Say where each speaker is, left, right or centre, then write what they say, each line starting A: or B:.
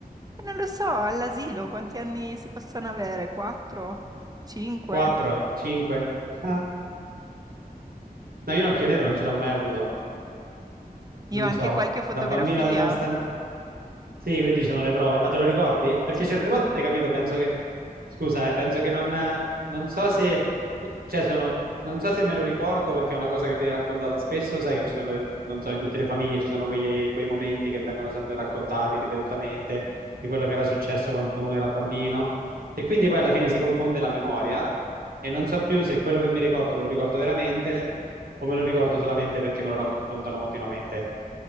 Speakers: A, on the right (about 25°); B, on the right (about 70°).
A: E Non lo so, all'asilo quanti anni si possono avere? Quattro? Cinque?
B: 4, 5? <laughs> No, io l'occhio nero non ce l'ho mai avuto, non
A: Io ho anche
B: so,
A: qualche fotografia.
B: da bambino, nonostante... Sì, quindi ci sono le prove, ma te lo ricordi? Perché
A: Ci
B: certe
A: sono
B: volte,
A: le...
B: capito, penso che... Scusa, eh, penso che non... Non so se... Cioè, sono... Non so se me lo ricordo perché è una cosa che viene raccontata spesso, sai che ci sono, non so, in tutte le famiglie ci sono quegli- quei momenti che vengono sempre raccontati ripetutamente di quello che era successo quando uno era bambino e quindi poi alla fine si confonde la memoria e non so più se quello che mi ricordo me lo ricordo veramente o me lo ricordo solamente perché me lo raccontano continuamente.